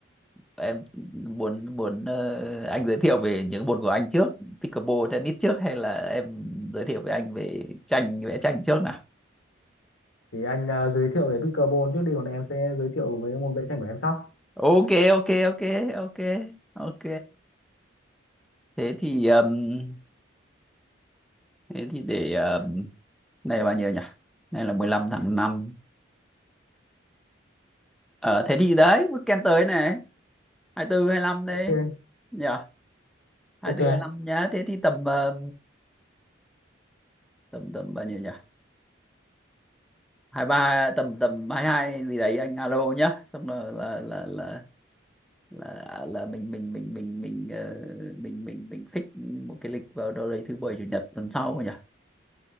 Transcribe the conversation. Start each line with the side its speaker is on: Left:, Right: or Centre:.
Centre: em muốn muốn ờ, anh giới thiệu về những môn của anh trước pickleball tennis trước hay là em giới thiệu với anh về tranh vẽ tranh trước nào
Left: thì anh à, giới thiệu về pickleball trước đi còn em sẽ giới thiệu với môn vẽ tranh của em sau
Centre: ok ok ok ok ok thế thì ừm, thế thì để ừm, này là bao nhiêu nhỉ này là 15 tháng năm ờ thế thì đấy weekend tới này 24 lăm đấy
Left: ok anh
Centre: nhỉ 24
Left: ok anh
Centre: nhá thế thì tầm ờ, tầm tầm bao nhiêu nhỉ hai ba tầm tầm hai hai gì đấy anh alo nhá xong rồi là là là là là mình mình mình mình mình ờ, mình mình mình fix một cái lịch vào đâu đấy thứ bảy chủ nhật tuần sau nhỉ